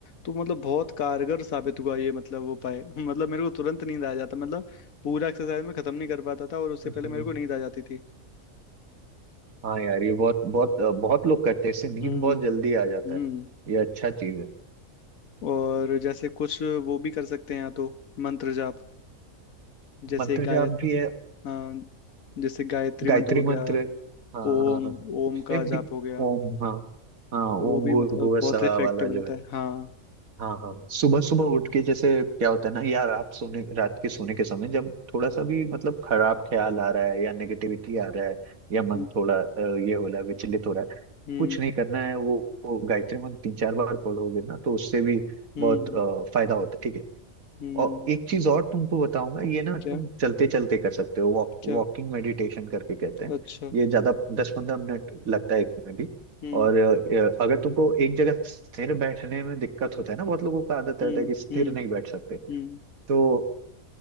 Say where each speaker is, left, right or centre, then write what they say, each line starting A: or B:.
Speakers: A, on the left; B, on the right.
A: तो मतलब बहुत कारगर साबित हुआ ये मतलब वो उपाय <laughs> मतलब मेरे को तुरंत नींद आ जाता मतलब पूरा एक्सरसाइज में खत्म नहीं कर पाता था और उससे
B: हाँ
A: पहले मेरे को नींद आ जाती थी
B: हाँ यार ये बहुत बहुत बहुत लोग करते हैं इससे नींद
A: हम्म
B: बहुत जल्दी आ जाता
A: हम्म
B: है ये अच्छा चीज है
A: और जैसे कुछ वो भी कर सकते हैं या तो मंत्र जाप जैसे
B: मंत्र
A: गाय
B: जाप भी है
A: हाँ जैसे गायत्री
B: गायत्री
A: मंत्र हो
B: मंत्र
A: गया
B: है। हाँ
A: ओम
B: हाँ हाँ
A: ओम
B: उससे
A: का जाप
B: भी
A: हो गया
B: ओम हाँ हाँ ओम
A: वो भी
B: भूर्भुव
A: मतलब बहुत
B: सहा
A: इफेक्टिव
B: वाला
A: रहता
B: जो है
A: है हाँ
B: हाँ हाँ सुबह सुबह उठ के जैसे क्या होता है ना यार आप सोने रात के सोने के समय जब थोड़ा सा भी मतलब खराब ख्याल आ रहा है या नेगेटिविटी आ रहा है या मन
A: हम्म
B: थोड़ा अ, ये हो रहा है विचलित हो रहा है
A: हम्म
B: कुछ नहीं करना है वो, वो गायत्री मंत्र तीन चार बार पढ़ोगे ना तो उससे भी
A: हम्म
B: बहुत अ, फायदा होता है ठीक है
A: हम्म,
B: और एक चीज और तुमको बताऊंगा ये ना
A: क्या
B: तुम चलते चलते कर सकते हो वॉक
A: क्या
B: वॉकिंग मेडिटेशन करके कहते हैं
A: अच्छा
B: ये ज्यादा दस पंद्रह मिनट लगता है इसमें भी
A: हम्म
B: और अ, अगर तुमको एक जगह स्थिर बैठने में दिक्कत होता है ना बहुत लोगों का आदत
A: हम्म
B: रहता है कि स्थिर
A: हम्म
B: नहीं बैठ सकते
A: हम्म
B: तो